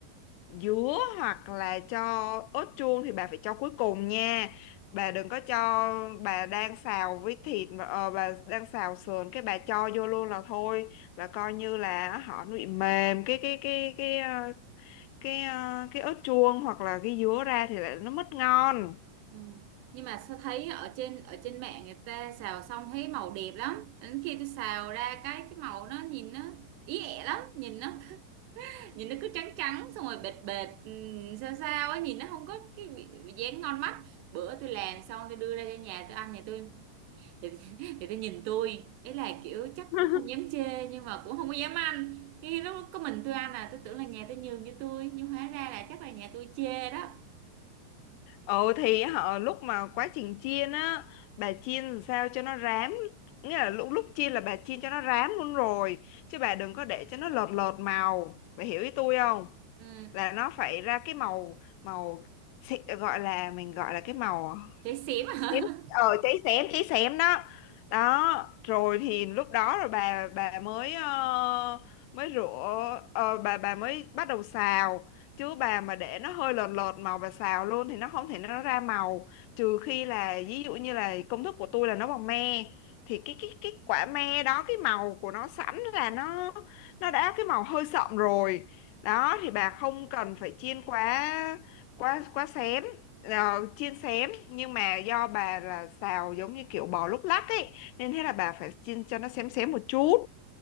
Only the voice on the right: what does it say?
ừ. nhưng mà sao thấy ở trên ở trên mạng người ta xào xong thấy màu đẹp lắm đến khi tôi xào ra cái cái màu nó nhìn nó ý ẹ lắm nhìn nó <laughs> nhìn nó cứ trắng trắng xong rồi bệt bệt ừ, sao sao á nhìn nó không có cái bị- dáng ngon mắt bữa tôi làm xong tôi đưa ra cho nhà tôi ăn nhà tôi thì, thì tôi nhìn tôi ấy là kiểu chắc
cũng không dám chê nhưng mà cũng không có dám ăn thì lúc có mình tôi ăn à tôi tưởng là nhà tôi nhường cho tôi nhưng hóa ra là chắc là nhà tôi chê đó
ừ.
chê xỉm hả